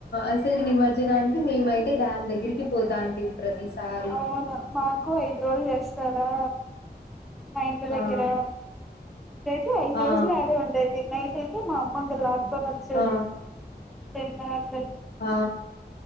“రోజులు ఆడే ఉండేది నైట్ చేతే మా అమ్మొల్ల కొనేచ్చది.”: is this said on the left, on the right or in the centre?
Centre